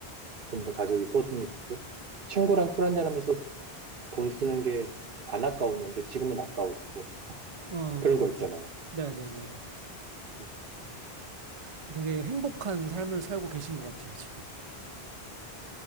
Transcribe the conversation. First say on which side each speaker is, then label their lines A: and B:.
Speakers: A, on the right; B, on the right.
A: 좀 더 가족이 소중해지고 친구랑 술 한잔하면서 돈 쓰는 게 안 아까웠는데 지금은 아까워지고
B: 어,
A: 그런 거 있잖아요.
B: 네네네.
A: 음,
B: 음. 되게 행복한 삶을 살고 계신 것 같아요, 지금.